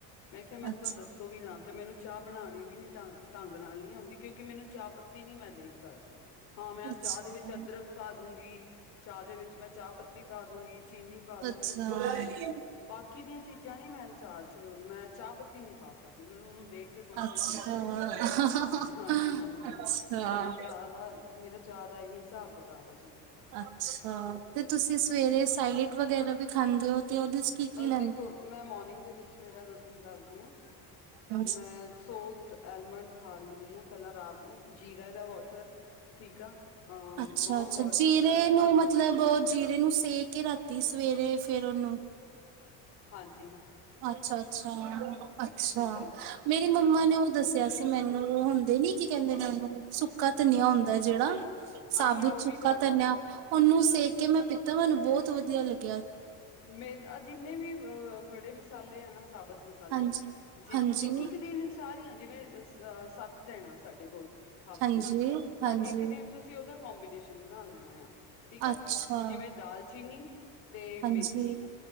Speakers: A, on the left; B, on the right.
A: ਮੈਂ ਕਿਹਾ, ਮੈਨੂੰ
B: ਅੱਛਾ
A: ਤਾਂ ਦੱਸੋ ਵੀ ਨਾ ਤੇ ਮੈਨੂੰ ਚਾਹ ਬਣਾਣੀ ਵੀ ਨੀ ਤ ਢੰਗ ਨਾਲ ਨੀ ਆਦੀ ਕਿਉਂਕਿ ਮੈਨੂੰ ਚਾਹ ਪੱਤੀ ਨੀ ਮੈਂ ਦੇਖ ਸਕਦੀ। ਹਾਂ, ਮੈਂ
B: ਅੱਛਾ
A: ਚਾਹ ਦੇ ਵਿੱਚ ਅਦਰਕ ਪਾ ਦੂਗੀ ਚਾਹ ਦੇ ਵਿੱਚ ਮੈਂ ਚਾਹ ਪੱਤੀ ਪਾ ਦੂਗੀ ਚੀਨੀ ਪਾ ਦੂਗੀ
B: ਅੱਛਾ
A: ਪਰ ਮੈਂ ਬਾਕੀ ਦੀਆਂ ਚੀਜ਼ਾਂ ਨੀ ਮੈਂ ਚਾਹ ਚ ਮੈਂ ਚਾਹ ਪੱਤੀ ਨੀ ਪਾ ਸਕਦੀ, ਮੈਨੂੰ ਉਹਨੂੰ ਦੇਖ ਕੇ ਕੁਛ-ਕੁਛ
B: ਅੱਛਾ
A: ਹੁੰਦਾ ਹਾਂਜੀ-ਹਾਂਜੀ
B: ਅੱਛਾ
A: ਮੈਂ ਚਾਹ ਦਾ ਮੇਰਾ ਚਾਅ ਦਾ ਇਹੀ ਹਿਸਾਬ ਕਿਤਾਬ ਆ ਜੀ। ਦੇਖੋ।
B: ਅੱਛਾ, ਤੇ ਤੁਸੀਂ ਸਵੇਰੇ ਸੈਲਡ ਵਗੈਰਾ ਵੀ ਖਾਂਦੇ ਹੋ। ਤੇ ਉਹਦੇ ਚ ਕੀ ਕੀ ਲੈਂਦੇ
A: ਦੇਖੋ ਮੈਂ ਮੋਰਨਿੰਗ ਦੇ ਵਿੱਚ ਮੇਰਾ ਰੂਟੀਨ ਦੱਸਦੀ ਹਾਂ
B: ਹੋ
A: ਮੈਂ ਸੋਕਡ ਅਲਮੰਡ ਖਾ ਲੈਣੀ ਹਾਂ ਪਹਿਲਾਂ ਰਾਤ ਨੂੰ ਜੀਰਾ ਦਾ ਵਾਟਰ ਠੀਕ ਆ। ਅ
B: ਅੱਛਾ-
A: ਵਾਰਮ
B: ਅੱਛਾ
A: ਵਾਟਰ
B: ਜੀਰੇ
A: ਗਰਮ
B: ਨੂੰ
A: ਪਾਣੀ
B: ਮਤਲਬ ਜੀਰੇ ਨੂੰ ਸੇਕੇ ਰਾਤੀ ਸਵੇਰੇ ਫੇਰ ਉਹਨੂੰ
A: ਹਾਂਜੀ।
B: ਅੱਛਾ-ਅੱਛਾ-ਅੱਛਾ,
A: ਠੀਕ ਆ
B: ਮੇਰੀ ਮੰਮਾ ਨੇ ਉਹ ਦੱਸਿਆ ਸੀ ਮੈਨੂੰ ਉਹ ਹੁੰ ਦੇ ਲੀ ਕੀ ਕਹਿੰਦੇ ਨੇ ਉਹਨੂੰ ਸੁੱਕਾ ਧਨੀਆ ਹੁੰਦਾ ਜਿਹੜਾ।
A: ਹਾਂ
B: ਸਾਬਤ
A: ਮੈਂ ਉਹ
B: ਸੁੱਕਾ
A: ਵੀ ਕਰ
B: ਧਨਿਆ ਉਹਨੂੰ ਸੇਕ ਕਿ ਮੈਂ ਪੀਤਾ ਮੈਨੂੰ ਬਹੁਤ ਵਧੀਆ ਲਗਿਆ।
A: ਮੇਹ ਜਿੰਨੇ ਵੀ ਅ ਖੜੇ ਮੈਂ ਚਾਲੇ ਹਾ ਨਾ। ਸਾਬਤ ਮਸਾਲੇ
B: ਹਾਂਜੀ
A: ਜੀ
B: ਹਾਂਜੀ
A: ਇੱਕ ਇੱਕ ਦਿਨ ਸਾਰੀਆਂ ਜਿਵੇਂ ਅ ਸੱਤ ਦਿਨ ਆ। ਸਾਡੇ ਕੋਲ। ਹਫ਼ਤੇ
B: ਹਾਂਜੀ
A: ਚ ਤਾਂ
B: ਹਾਂਜੀ
A: ਇੱਕ ਦਿਨ ਤੁਸੀਂ ਉਹਦਾ ਕੋਂਬੀਨੇਸ਼ਨ। ਬਣਾ ਲੈਣਾ ਆ? ਠੀਕ ਆ
B: ਅੱਛਾ
A: ਜਿਵੇਂ ਦਾਲਚੀਨੀ ਤੇ ਮੇਥੀ।
B: ਹਾਂਜੀ
A: ਠੀਕ